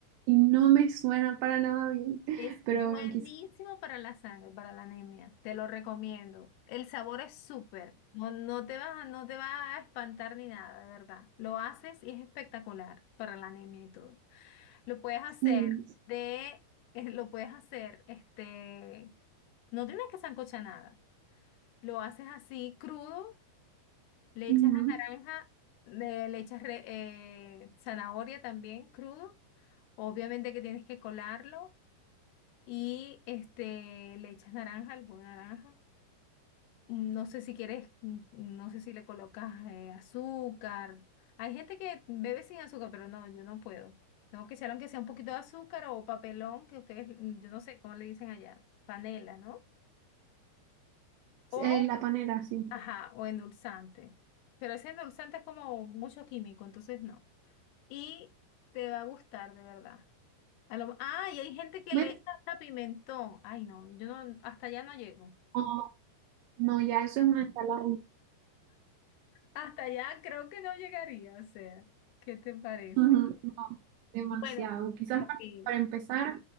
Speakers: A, on the right; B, on the left.
A: y no me suena para nada bien, <laughs>
B: Es
A: pero
B: buenísimo
A: bueno, quizás
B: para la sangre, para la anemia. Te lo recomiendo. El sabor es súper. No, no te va, no te va a espantar ni nada, de verdad. Lo haces y es espectacular para la anemia y todo. Lo puedes hacer
A: sí.
B: de, eh, lo puedes hacer, este, no tienes que sancochar nada. Lo haces así crudo, le
A: Ujú.
B: echas la naranja, le, le echas re- eh, zanahoria también crudo. Obviamente que tienes que colarlo y este, le echas naranja, al jugo de naranja. Mm, No sé si quieres, mm, no sé si le colocas eh, azúcar. Hay gente que bebe sin azúcar, pero no, yo no puedo. Tengo que echar aunque sea un poquito de azúcar o papelón, que ustedes, mm, yo no sé cómo le dicen allá, panela, ¿no? O,
A: Eh, la panera, sí.
B: ajá, o endulzante. Pero ese endulzante es como mucho químico, entonces no. Y te va a gustar, de verdad. A lo- ah, y hay gente que
A: ¿Ves?
B: le echa hasta pimentón. Ay, no, yo no, hasta allá no llego.
A: No, no, ya eso es una ensalada.
B: Hasta allá creo que no llegaría, o sea, ¿qué te parece?
A: Ujú, No, demasiado.
B: Bueno,
A: Quizás para,
B: sí,
A: para empezar,